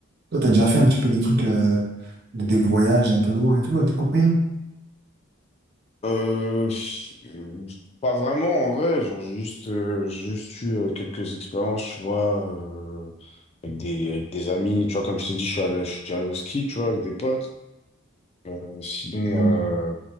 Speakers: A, on the right; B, on the left.
A: Toi, t'as déjà fait un petit peu des trucs, euh, des des voyages un peu loin et tout avec les copains?
B: Euh, euh, pas vraiment, en vrai, genre, j'ai juste, euh, j'ai juste eu euh, quelques expériences, tu vois, euh, avec des, avec des amis, tu vois, comme je t'ai dit, je suis allé, je suis déjà allé au ski, tu vois, avec des potes. Euh, sinon,
A: Mm.
B: euh,